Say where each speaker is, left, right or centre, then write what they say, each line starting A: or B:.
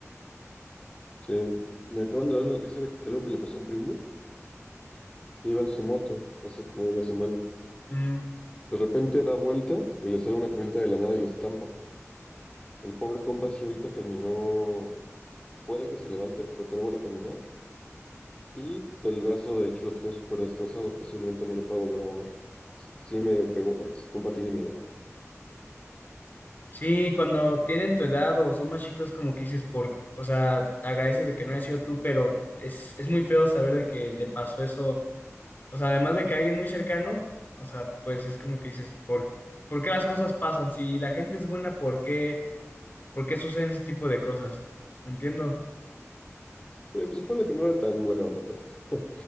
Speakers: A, on the left; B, on the left.
A: Sí, me acaban de dar la noticia de que algo que le pasó a un primo que iba en su moto hace como una semana.
B: Mm.
A: De repente da vuelta y le sale una camioneta de la nada y lo estampa. El pobre compa sí ahorita terminó, puede que se levante, pero que no vuelva a caminar. Y el brazo derecho lo tiene súper destrozado, posiblemente no lo pueda volver a mover. Sí sí me pegó porque ese compa tiene mi edad.
B: Sí, cuando tienen tu edad o son más chicos, como que dices, por, o sea, te agradeces de que no haya sido tú, pero es, es muy feo saber de que le pasó eso. O sea, además de que a alguien muy cercano, o sea, pues es como que dices, ¿por, por qué las cosas pasan? Si la gente es buena, ¿por qué, por qué suceden ese tipo de cosas? ¿Me entiendo?
A: Eh, pues ponle que no era tan buena onda, pero <laughs>